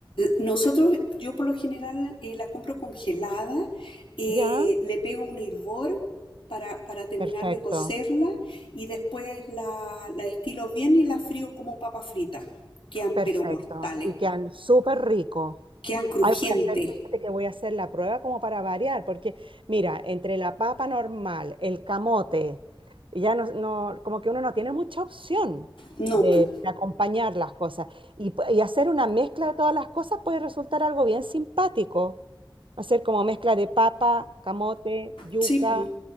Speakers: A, on the left (about 75°); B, on the right (about 85°).
A: Nosotros, yo por lo general eh, la compro congelada, eh,
B: ¿Ya?
A: le pego un hervor para, para terminar
B: Perfecto,
A: de cocerla y después la, la estilo bien y la frío como papa frita. Quedan
B: perfecto.
A: pero mortales,
B: Y quedan súper ricos.
A: quedan crujientes.
B: Ay, voy a hacer, fíjate que voy a hacer la prueba como para variar, porque mira, entre la papa normal, el camote, ya no, no- como que uno no tiene mucha opción
A: No,
B: de,
A: pu.
B: de acompañar las cosas. Y, pu- y hacer una mezcla de todas las cosas puede resultar algo bien simpático. Hacer como mezcla de papa, camote, yuca,
A: sí, pu.